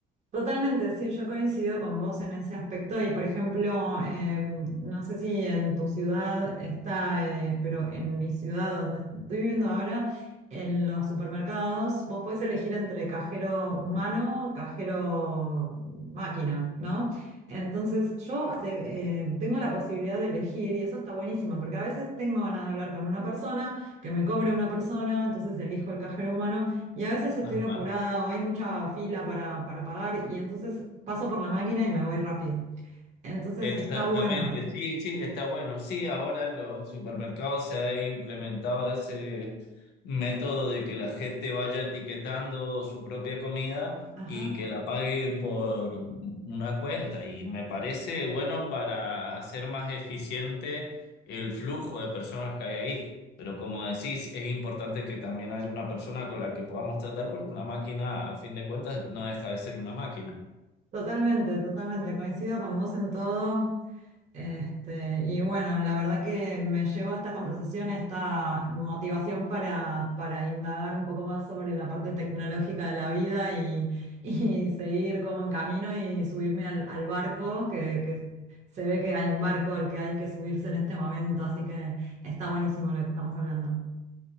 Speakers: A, on the right; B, on the left.
A: Totalmente, sí, yo coincido con vos en ese aspecto y por ejemplo, eh, no sé si en tu ciudad está, eh, pero en mi ciudad donde estoy viviendo ahora, en los supermercados vos podés elegir entre cajero humano o cajero máquina, ¿no? Entonces yo te- eh, tengo la posibilidad de elegir y eso está buenísimo porque a veces tengo ganas de hablar con una persona, que me cobre una persona, entonces elijo el cajero humano. Y a veces estoy
B: <laughs> Ajá.
A: apurada o hay mucha fila para, para pagar y entonces paso por la máquina y me voy rápido. Entonces
B: Exactamente,
A: está bueno.
B: sí, sí, está bueno. Sí, ahora en los supermercados se ha implementado ese método de que la gente vaya etiquetando su propia comida
A: Ajá.
B: y que la pague por una cuenta. Y me parece bueno para hacer más eficiente el flujo de personas que hay ahí. Pero como decís, es importante que también haya una persona con la que podamos tratar porque una máquina, a fin de cuentas, no deja de ser una máquina.
A: Totalmente, totalmente. Coincido con vos en todo. Este, y bueno, la verdad que me llevó a esta conversación, esta motivación para, para indagar un poco más sobre la parte tecnológica de la vida y, y <laughs> seguir como en camino y subirme al, al barco, que, que se ve que hay un barco al que hay que subirse en este momento, así que está buenísimo lo que estamos hablando.